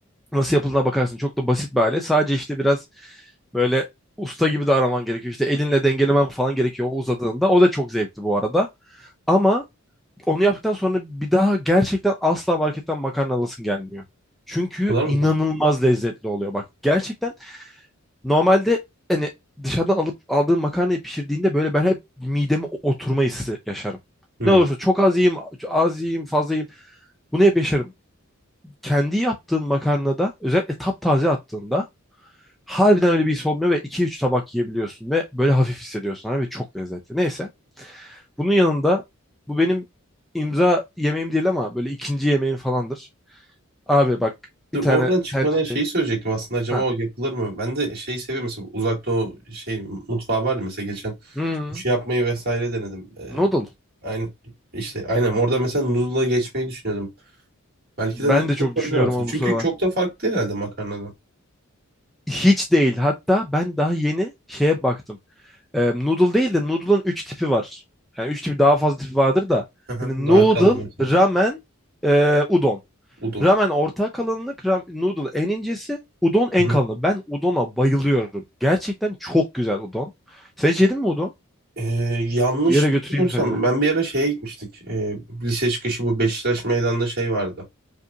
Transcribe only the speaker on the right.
O kadar
mı fark?
Hı.
Dur,
Oradan çıkmadan
şeyi söyleyecektim aslında acaba
o yapılır mı? Ben de şeyi seviyorum mesela uzakta o şey mutfağı var ya mesela geçen
sushi yapmayı vesaire denedim. Ee,
aynı işte aynen orada mesela noodle'a geçmeyi düşünüyordum. Belki
de noodle
yapabilir
aslında.
Çünkü
çok da farklı herhalde makarnadan.
Aha,
Daha
kalın mesela
udon.
Hı hı.
Ee, yanlış
bilmiyorsam
ben bir ara şeye gitmiştik. Ee, lise çıkışı bu Beşiktaş meydanda şey vardı.